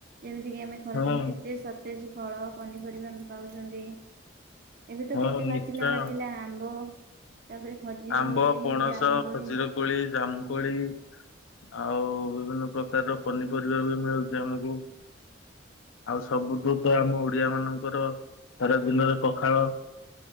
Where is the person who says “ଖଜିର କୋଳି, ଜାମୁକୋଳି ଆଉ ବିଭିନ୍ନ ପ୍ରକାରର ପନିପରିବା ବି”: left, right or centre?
Left